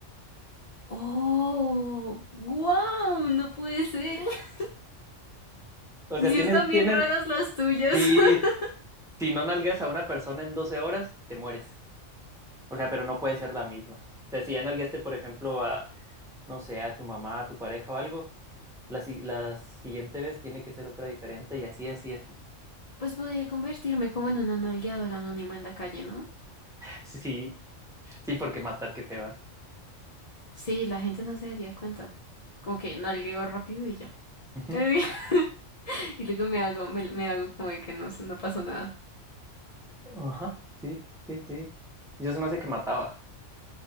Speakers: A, on the left; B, in the centre.
A: Oh, wow, no puede ser. <laughs>
B: O
A: Sí
B: sea, tienes,
A: están bien
B: tienes,
A: raras las tuyas.
B: sí,
A: <laughs>
B: si no nalgueas a una persona en 12 horas, te mueres. O sea, pero no puede ser la misma. O sea, si ya nalgueaste, por ejemplo, a, no sé, a tu mamá, a tu pareja o algo La, si- la siguiente vez tiene que ser otra diferente y así, así, así.
A: Pues podría convertirme como en una nalgueadora anónima en la calle, ¿no?
B: Sí, sí, porque matar, qué feba.
A: Sí, la gente no se daría cuenta. Como que nalgueo rápido y ya.
B: <laughs>
A: <laughs> Y luego me hago, me, me hago como de que no, no pasó nada.
B: Ajá, sí, sí, sí. Yo se me hace que mataba,